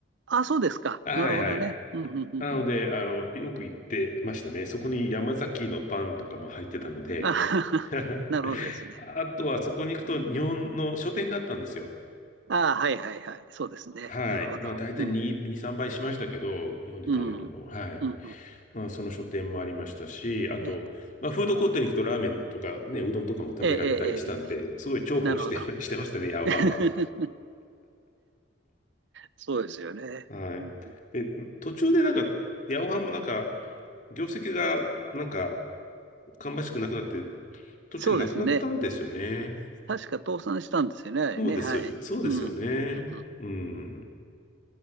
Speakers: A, on the right; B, on the left.
A: あ、そうですか、
B: はいはい。
A: なるほどね。うんうんうんうん、
B: なので、あの、よく行ってましたね。そこに山崎のパンとかも入ってたので、
A: あ <laughs>
B: <laughs>
A: なるほどですね。
B: あとはそこに行くと日本の書店があったんですよ。
A: ああ、はいはいはい、そうですね、
B: はい。
A: なるほど。
B: まあ、大体2、
A: うん
B: 2、3倍しましたけど、日本で買うよりも。
A: うん。
B: はい。
A: うん。うん
B: まあ、その書店もありましたし、あと、
A: ええ、
B: まあ、フードコートに行くとラーメンとかね、うどんとかも食べられたりしたんで、
A: ええ、ええ、
B: すごい重宝して、
A: なるほど。
B: <laughs> してましたね、ヤオハンは。
A: <laughs> そうですよね。
B: はい。
A: うん。
B: で、途中でなんか、ヤオハンもなんか、業績がなんか、芳しくなくなって、途中でなくなったんですよね。
A: そうですね。確か倒産したんですよね、あれね。
B: そうですよ。
A: はい。
B: そうですよね。
A: うん、うん、うん、うん。
B: うん。